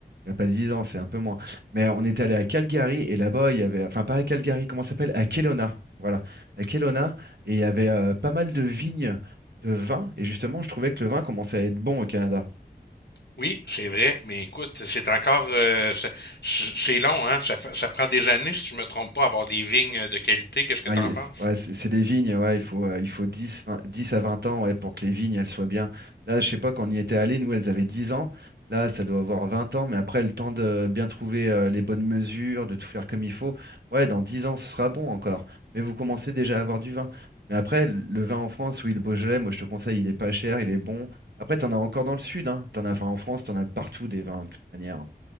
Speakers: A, on the right; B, on the left.
A: il y a pas 10 ans, c'est un peu moins. Mais on était allé à Calgary et là-bas, il y avait, enfin, pas à Calgary, comment ça s'appelle? À Kelowna. Voilà, à Kelowna. Et il y avait euh, pas mal de vignes de vin. Et justement, je trouvais que le vin commençait à être bon au Canada.
B: Oui, c'est vrai, mais écoute, c'est encore, euh, c'est c'est long, hein? Ça, fa- ça prend des années, si je me trompe pas, avoir des vignes de qualité. Qu'est-ce que
A: Ouais,
B: t'en
A: y-
B: penses?
A: ouais, c'est c'est des vignes, ouais, il faut, euh, il faut 10 20 10 à 20 ans ouais, pour que les vignes elles soient bien. Là, je sais pas, quand on y était allé, nous, elles avaient 10 ans. Là, ça doit avoir 20 ans, mais après, le temps de bien trouver euh, les bonnes mesures, de tout faire comme il faut. Ouais, dans 10 ans, ce sera bon encore. Mais vous commencez déjà à avoir du vin. Mais après, le le vin en France, oui, le Beaujolais, moi, je te conseille, il est pas cher, il est bon. Après, t'en as encore dans le sud, hein. T'en as, enfin, en France, t'en as de partout des vins, de toute manière.